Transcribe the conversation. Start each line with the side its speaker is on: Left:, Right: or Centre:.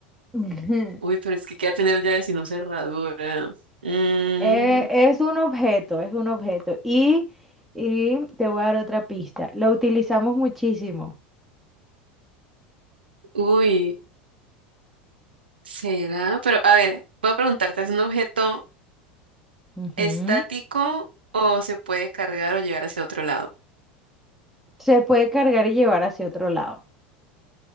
Centre: <laughs> Ujú.
Right: Uy, pero es que queda tener llaves y no cerradura. Mm,
Centre: Eh, es un objeto, es un objeto. Y, y te voy a dar otra pista. Lo utilizamos muchísimo.
Right: uy, será, pero a ver, voy a preguntarte, ¿es un objeto?
Centre: Ujú.
Right: estático o se puede cargar o llevar hacia otro lado.
Centre: Se puede cargar y llevar hacia otro lado.